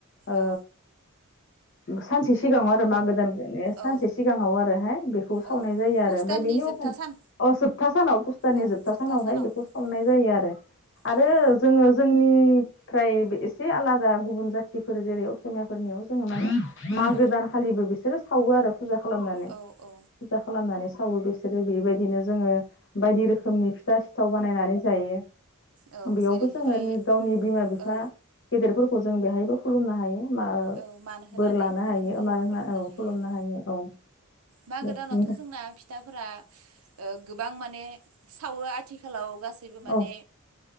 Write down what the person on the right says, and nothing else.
औ
औ
औ
पुस
दाननि
जोबथा
सान
औ
सानाव
औ
उम
औ
औ औ
औ
जेरैहाय
औ
औ मान होनानै
खुलुमजायो
खुलुमनो
हायो
आरो
मागो
दानावथ'
जोंना फिथाफोरा ओ गोबां माने सावो आथिखालाव गासैबो माने